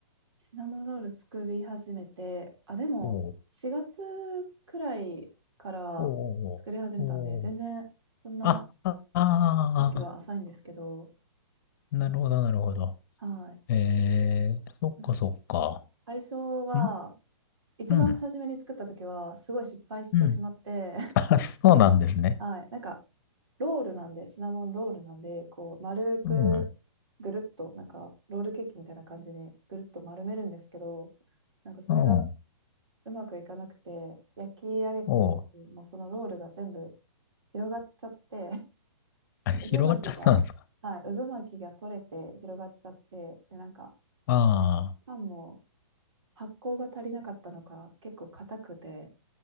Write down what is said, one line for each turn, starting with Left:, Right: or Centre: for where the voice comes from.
Right: シナモンロール作り始めて、あ、でも4月
Left: おう
Right: くらいから作り始めたんで、
Left: おうおうおう
Right: 全然そんな
Left: あ、ああ
Right: 歴は浅いんですけど、
Left: ー、なるほど、なるほど。
Right: はい。
Left: えー、そっかそっか。
Right: なんか最初は、
Left: ん
Right: 一番初めに作った時は、
Left: うん。
Right: すごい失敗してしまって、
Left: うん。あ、そうなんですね。
Right: <laughs> はい、なんか、ロールなんで、シナモンロールなんで、こう、丸く、
Left: うん。
Right: ぐるっと、なんか、ロールケーキみたいな感じに、ぐるっと丸めるんですけど、なんか、それが
Left: うん。
Right: うまくいかなくて、焼き上げた時に、
Left: おう。
Right: もうそのロールが全部広がっちゃって、
Left: あ、広がっちゃったんですか。
Right: <laughs> 渦巻きが、はい、渦巻きが取れて広がっちゃって、で、なんか、
Left: あ
Right: パンも発酵が足りなかったのか、結構硬くて、